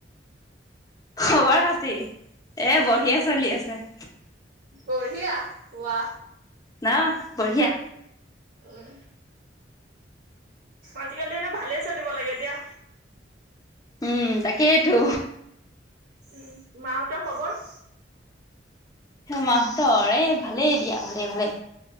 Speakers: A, on the left (about 20°); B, on the right (about 60°).
A: খবৰ-খাতি। এ
B: উম,
A: বঢ়িয়া চলি আছে।
B: বঢ়িয়া ৱোৱা।
A: ন বঢ়িয়া।
B: উম আজিকালিনে ভালেই চলিব লাগে দিয়া।
A: উম তাকেইটো।
B: উম মাহঁতৰ খৱৰ?
A: মাহতৰ এ ভালেই দিয়া ভালে- ভালে।